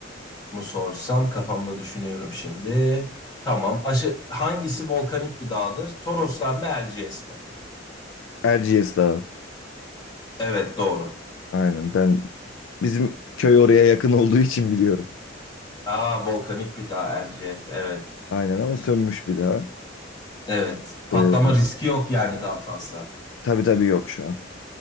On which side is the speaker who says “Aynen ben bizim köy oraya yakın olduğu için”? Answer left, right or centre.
Left